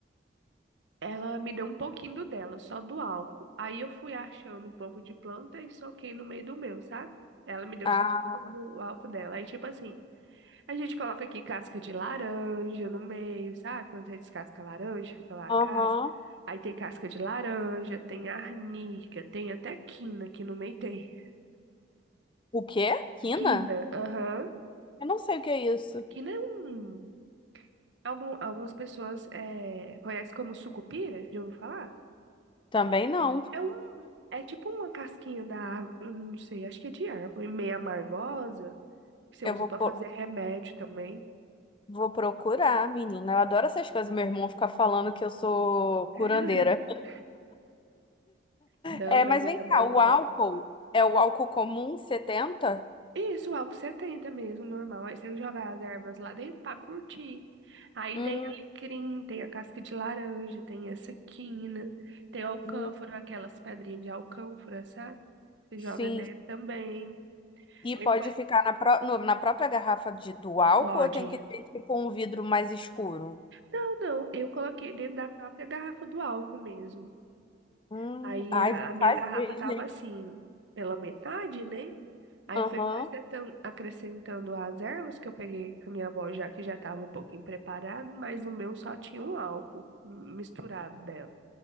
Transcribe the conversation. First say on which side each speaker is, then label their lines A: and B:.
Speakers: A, on the right (about 75°); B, on the left (about 25°).
A: ela me deu um pouquinho do dela, só do álcool. Aí eu fui achando um pouco de planta e soquei no meio do meu, sabe? Ela me deu
B: Ah,
A: só um pouco do álcool dela. Aí, tipo assim, A gente coloca aqui casca de laranja no meio, sabe? Quando você descasca a laranja, fica lá a
B: aham.
A: casca. Aí tem casca de laranja, tem arnica, tem até quina, que no meio tem.
B: O quê? Quina?
A: Quina, aham.
B: Eu não sei o que é isso.
A: Quina é um. Algum, algumas pessoas eh, conhecem como sucupira, já ouviu falar?
B: Também não.
A: É um. É um- é tipo uma casquinha da árvore, não sei, acho que é de árvore, meio amargosa, que você
B: Eu
A: usa
B: vou.
A: pra
B: po-
A: fazer remédio também.
B: Vou procurar, menina. Eu adoro essas coisas. Meu irmão fica falando que eu sou curandeira.
A: <laughs> Não,
B: É,
A: mas
B: mas
A: eu
B: vem
A: também
B: cá,
A: adoro.
B: o álcool é o álcool comum 70?
A: Isso, álcool 70 mesmo, normal. Aí você joga as ervas lá dentro pra curtir. Aí
B: Hum,
A: tem alecrim, tem a casca de laranja, tem essa quina, tem alcânfora,
B: hum,
A: aquelas pedrinhas de alcânfora, sabe? Você
B: sim.
A: joga dentro também.
B: E
A: Tem
B: pode
A: folha de
B: ficar na, pró- no- na própria garrafa de, do álcool
A: bode.
B: ou tem que ter tipo um vidro mais escuro?
A: Não, não, eu coloquei dentro da própria garrafa do álcool mesmo.
B: Hum,
A: Aí
B: ai,
A: a,
B: vou
A: a minha
B: fazer,
A: garrafa tava
B: gente.
A: assim, pela metade, né? Aí
B: Aham,
A: fui acrescentando, acrescentando as ervas que eu peguei com a minha avó, já que já estava um pouquinho preparado, mas o meu só tinha um álcool hum, misturado dela.